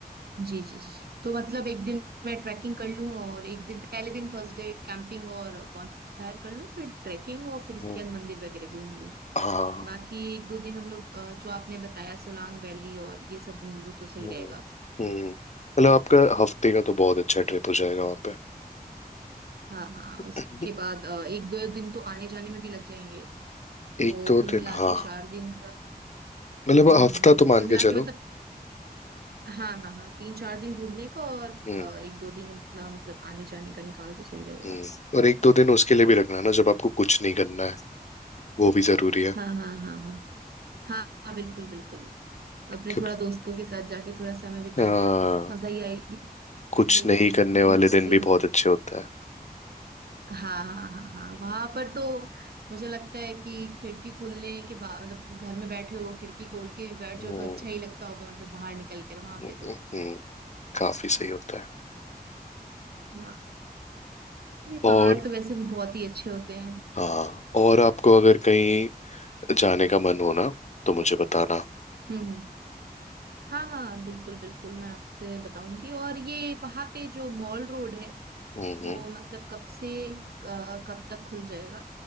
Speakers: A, on the right; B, on the left.
A: जी जी जी तो मतलब एक दिन मैं ट्रैकिंग कर लूँ और एक दिन पहले दिन फर्स्ट डे कैंपिंग और बॉनफायर कर लूँ फिर ट्रैकिंग और फिर उसके
B: हम्म।
A: बाद मंदिर वगैरह घूम लूँ
B: हाँ
A: बाकी एक दो दिन हम लोग अ, जो आपने बताया सोलांग वैली और ये सब घूम लूँ तो सही
B: हम्म
A: रहेगा
B: हम्म। मतलब आपका हफ्ते का तो बहुत अच्छा ट्रिप हो जाएगा वहां पे
A: हाँ हाँ
B: हम्म,
A: उसके बाद अ, एक दो दिन तो आने जाने में भी लग जाएंगे तो
B: एक दो
A: कुल
B: दिन
A: मिला
B: हाँ
A: के चार दिन का
B: मतलब
A: हम्म
B: हफ्ता तो मान
A: कुल
B: के
A: मिला
B: चलो
A: के मतलब हाँ हाँ हाँ तीन चार दिन घूमने का और
B: हम्म
A: अ, एक दो दिन अपना मतलब आने जाने का निकाल तो सही रहेगा
B: हम्म और एक दो दिन उसके लिए भी रखना ना जब आपको कुछ नहीं करना है वो भी जरूरी है
A: हाँ हाँ हाँ हाँ हाँ हाँ बिल्कुल बिल्कुल अपने
B: क्योंकि
A: थोड़ा दोस्तों के साथ जाके थोड़ा समय बिताना
B: हाँ
A: है तो मजा ही आएगी
B: कुछ
A: जी
B: नहीं
A: जी,
B: करने वाले
A: ये तो सही
B: दिन भी
A: बत...
B: बहुत अच्छे होता है
A: हाँ हाँ हाँ हाँ वहां पर तो मुझे लगता है कि खिड़की खोलने के बाद मतलब घर में बैठे हो खिड़की खोल के भी बैठ
B: हम्म
A: जाओ तो अच्छा ही लगता होगा मतलब बाहर निकल कर वहां
B: हम्म
A: पे तो
B: काफी सही होता है
A: हाँ ये
B: और
A: पहाड़ तो वैसे भी बहुत ही अच्छे होते हैं
B: हाँ और आपको अगर कहीं जाने का मन हो ना तो मुझे बताना
A: हम्म हम्म हाँ हाँ बिल्कुल बिल्कुल मैं आपसे बताऊंगी और ये वहां पे जो मॉल रोड है
B: हम्म हम्म।
A: वो मतलब कब से अ, कब तक खुल जाएगा